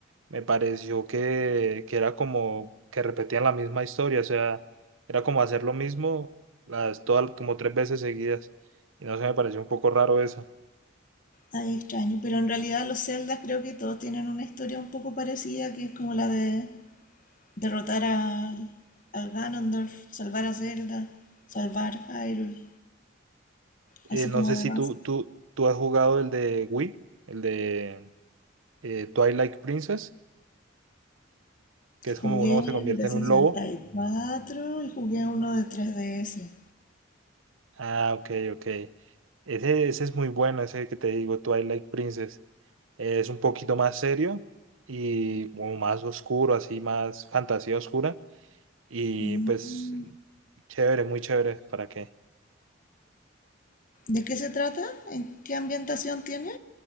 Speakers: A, on the right; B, on the left.
A: me pareció que, que era como que repetían la misma historia, o sea, era como hacer lo mismo las, todas, como tres veces seguidas. Y no sé, me pareció un poco raro eso.
B: Ay, extraño. Pero en realidad los Zeldas creo que todos tienen una historia un poco parecida, que es como la de derrotar a, al Ganondorf, salvar a Zelda, salvar Hyrule, así
A: Eh, no
B: como
A: sé
B: de
A: si
B: base.
A: tú, tú, tú has jugado el de Wii, el de eh, Twilight Princess, que es como
B: Jugué
A: uno se convierte
B: el de 64
A: en un lobo.
B: y cuatro y jugué uno de 3DS.
A: Ah, ok, ok. Ese, ese es muy bueno, ese que te digo, Twilight Princess. es un poquito más serio y como más oscuro, así más fantasía oscura. Y
B: Mm.
A: pues chévere, muy chévere, ¿para qué?
B: ¿De qué se trata? ¿En qué ambientación tiene?